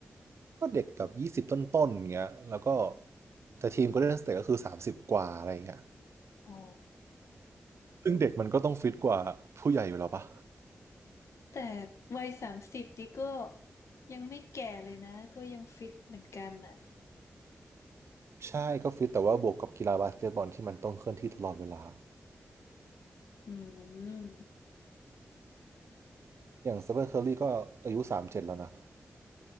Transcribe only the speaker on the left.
อ๋อ
แต่วัยสามสิบนี่ก็ยังไม่แก่เลยนะ ก็ยังฟิตเหมือนกันอ่ะ
อืม